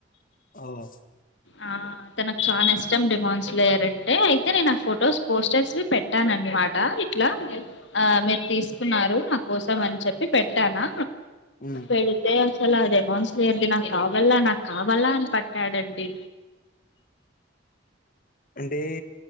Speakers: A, on the left; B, on the left.
A: అవ్ అవ్
B: ఆ తనకు చానా ఇష్టం డిమాండ్స్ లేయర్ అంటే అయితే నేను ఆ ఫొటోస్ పోస్టర్స్ పెట్టానన్మాట ఇట్లా ఆ మీరు తీసుకున్నారు నా కోసం అని చెప్పి పెట్టానా
A: ఉమ్
B: వెళ్లీతే తెల్లర్ దేమన్స్లేయర్ది నాకు కావాల నాకు కావాలా అని పట్టాడండి. డి
A: అంటే